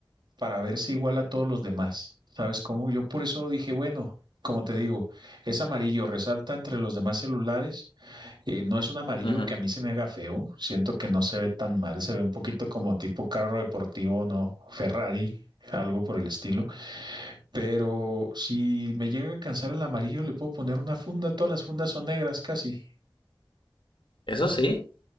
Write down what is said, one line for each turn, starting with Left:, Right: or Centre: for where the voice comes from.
Right: para verse igual a todos los demás. ¿Sabes cómo? Yo por eso dije, bueno, como te digo, es amarillo, resalta entre los demás celulares. Eh, no es un amarillo
Left: Ujú.
Right: que a mí se me haga feo. Siento que no se ve tan mal. Se ve un poquito como tipo carro deportivo, ¿no? Ferrari, algo por el estilo. Pero si me llega a cansar el amarillo, le puedo poner una funda. Todas las fundas son negras casi.
Left: Eso sí,